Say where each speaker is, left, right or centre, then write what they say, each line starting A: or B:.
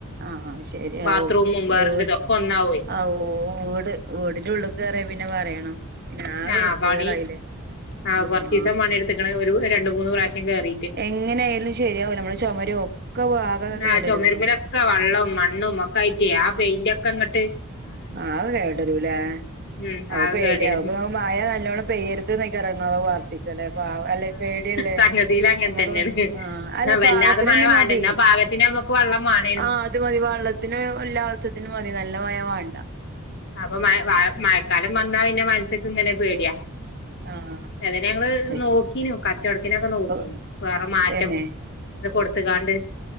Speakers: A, on the right (about 45°); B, on the left (about 55°).
A: ആ ശരിയാവും
B: ബാത്റൂമും വേറെല്ലതൊക്കെ
A: ഓരു
B: ഒന്നാവേ
A: ഓ ഓട് ഓടിന്റുള്ളിൽ കേറിയ പിന്നെ പറയണോ പിന്നെ ആകെ
B: ആ
A: വൃത്തികേടായില്ലേ
B: പണി ആ
A: ആഹ്
B: കൊറച്ചീസം പണിയെടുത്തീക്കണ ഒരു രണ്ട് മൂന്ന് പ്രാവശ്യം. കേറീട്ട്
A: എങ്ങനെ ആയാലും ശരിയാവുല നമ്മള് ചുമര് ഒക്കെവാക കേടരുവല്ലോ.
B: ആഹ് ചൊമര്മ്മലൊക്കെ വള്ളം മണ്ണും ഒക്കെ ആയിട്ട് ആ പെയിന്റക്കെ അങ്ങോട്ട്
A: ആ അത് കേടരൂല്ലേ
B: ഉം
A: അപ്പ
B: ആകെ
A: പേടി
B: കേടരും
A: ആവുപ മയ നല്ലോണം പെയ്യരുതെന്നൊക്കയപറയന്നത് വർത്തിക്കുവല്ലേ അല്ലെ പ പേടിയല്ലേ
B: സംഗതിയില് അങ്ങൻ
A: നമുക്ക്
B: തന്നേണ്
A: ആ അല്ല
B: വല്ലാതെ
A: പാകത്തിനന്നെ
B: മഴ വാണ്ട
A: മതി
B: ഇന്നാ പാകത്തിന് നമ്മക്ക് വെള്ളം വാണേനും
A: ആ അത് മതി വെള്ളത്തിന് എല്ലാവശ്യത്തിനും മതി, നല്ല ഭയമാണ്.
B: അപ്പൊ മഴ മഴക്കാലം മഴക്കാലം വന്നാ പിന്നെ മനുസ്സക്കിങ്ങനെ പേടിയാ
A: ആഹ്
B: ത് ഞങ്ങള്
A: അത്
B: നോക്കീനു
A: ശരി
B: കച്ചവടത്തിനൊക്കെ നോക്കീനു
A: ഇപ്പൊ
B: വേറെ മാറ്റം
A: തന്നെ
B: ഇത് കൊടുത്ത്ക്കാണ്ട്